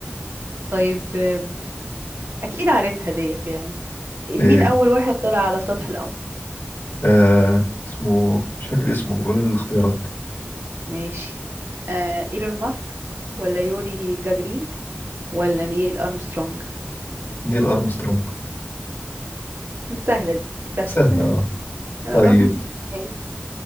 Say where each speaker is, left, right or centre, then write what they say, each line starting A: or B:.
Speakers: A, on the right (about 65°); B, on the left (about 65°).
A: طيب آم، اكيد عارفها ديت يعني مين
B: ايه
A: اول واحد طلع على سطح القمر
B: آه اسمه مش فاكر اسمه قولي لي الاختيارات
A: ماشي آه، ايلون ماسك ولا يوري جاجرين ولا نيل ارمسترونج
B: نيل ارمسترونج
A: سهلة دي سهلة
B: سهلة
A: <laughs>
B: اه
A: اه
B: طيب
A: ماشي